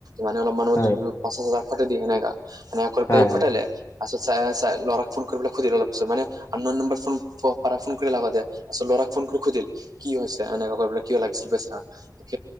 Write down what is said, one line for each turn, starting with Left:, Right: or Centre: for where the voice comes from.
Right: মানে অলপ মন মত
Left: হয়,
Right: পঞ্চাছ হাজাৰ ফটাই দিয়ে এনেকা মান
Left: হয়,
Right: পাই ফটাই
Left: হয়,
Right: লাই, পাছত চ চ ল'ৰাক ফোন কৰি পেলাই সুধিলে অলপ পিছত মানে নম্বৰ ফোন, পাৰ ফোন কৰি লাগা দে আচল ল'ৰাক ফোন কৰি সুধিল কি হৈছে এনেকুৱা কাক কিয় লাগিছিল পইচা। <unintelligible>